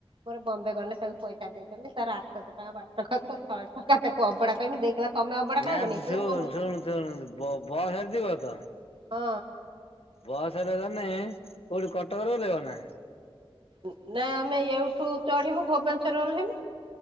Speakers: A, on the right; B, on the left.
A: ମୋର ବମ୍ବେ ଗଲେ ତାକୁ ପଇସା ଦେଇଦେମି ତାର ଆଠଶ ଟଙ୍କା ବାଟ ଖର୍ଚ୍ଚ ଶହେ ଟଙ୍କା ତାକୁ ଅବଢା କଇମି ଦେଇ କହିଲା ତମେ ଅବଢା
B: ନା
A: ଖାଇବନି
B: ତୁ
A: କହିଲା
B: ଶୁଣ
A: ନା ମୁଁ
B: ଶୁଣୁ ଶୁଣୁ ବ ବସରେ ଯିବ ତ?
A: ହଁ।
B: ବସରେ ଗନେ କୋଉଠି କଟକରେ ଓଲହେଇବ ନା?
A: ଉଁ ନା ଆମେ ଏଉଠୁ ଛାଡ଼ିମୁ ଭୁବନେଶ୍ୱରରେ ଓହ୍ଲେଇମୁ।